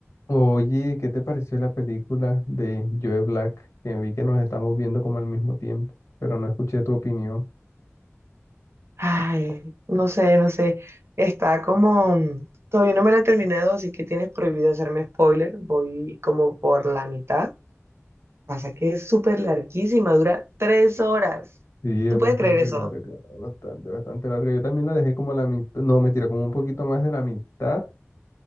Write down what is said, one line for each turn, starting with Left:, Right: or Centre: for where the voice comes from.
Left: Oye, ¿qué te pareció la película de Joe Black? Que vi que nos estamos viendo como al mismo tiempo, pero no escuché tu opinión.
Right: Ay, no sé, no sé. Está como... mm, Todavía no me la he terminado, así que tienes prohibido hacerme spoiler. Voy como por la mitad. Pasa que es súper larguísima, dura tres horas.
Left: Sí, es
Right: ¿Tú
Left: bastante
Right: puedes creer eso?
Left: larga, bastante, bastante larga. Yo también la dejé como a la mitad, no, me mentira, como un poquito más de la mitad,